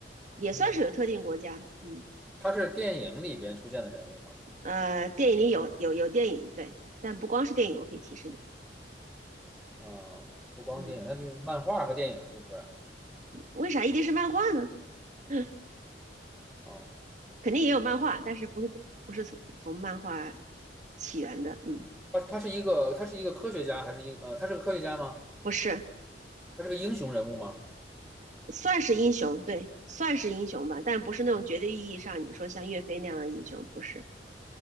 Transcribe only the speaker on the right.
也算是有特定国家。
嗯。
呃，电影里有有有电影，对，但不光是电影，我可以提示你，
嗯，
为啥一定是漫画呢？<laughs>
肯定也有漫画，但是不是不是从从漫画起源的，嗯，
不是，
算是英雄，对，算是英雄吧，但不是那种绝对意义上你说像岳飞那样的英雄，不是，